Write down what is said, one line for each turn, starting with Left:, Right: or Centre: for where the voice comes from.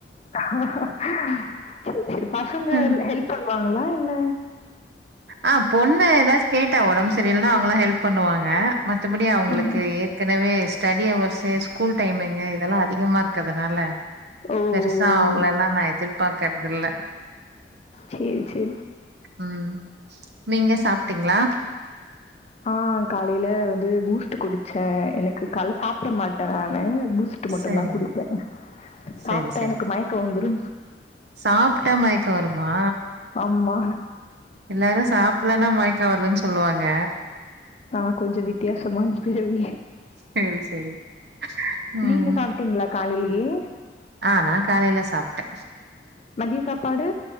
Left: சேரி சேரி பசங்க
Right: ம்
Left: ஹெல்ப் பண்வாங்களா இல்ல
Right: ஆ பொண்ணு ஏதாச்சு கேட்டே உடம்பு சரில்லனா அவங்கதா ஹெல்ப் பண்ணுவாங்க மத்தபடி அவங்களுக்கு
Left: ம்
Right: ஏற்கனவே ஸ் ஸ்டடி ஹவர்ஸு ஸ்கூல் டைமிங்கு இதெல்லா அதிகமா இருக்கதுனால
Left: ஓ ஓ
Right: பெருசா அவங்களலா
Left: ஓ
Right: நா எதிர்பாக்கறதில்ல
Left: செரி செரி
Right: ம் நீங்க சாப்ட்டீங்களா
Left: ஆ காலைல வந்து பூஸ்ட்டு குடிச்சே எனக்கு கால்ல சாப்ட மாட்டே நானு பூஸ் டு மட்டுந்தா
Right: சரிங்க.
Left: குடிப்பே
Right: சரி
Left: சாப்ட்டா
Right: சரி.
Left: எனக்கு மயக்க வந்துரு
Right: சாப்ட்டா மயக்க வருமா
Left: ஆமா.
Right: எல்லாரு சாப் இல்லனா மயக்க வருதுன் சொல்லுவாங்க
Left: நா கொஞ்ச வித்தியாசமான் பிறவி
Right: சரி சரி. ம்
Left: நீங்க சாப்ட்டீங்ளா காலைலயே
Right: ஆ நா காலைல சாப்ட்டே
Left: மதிய சாப்பாடு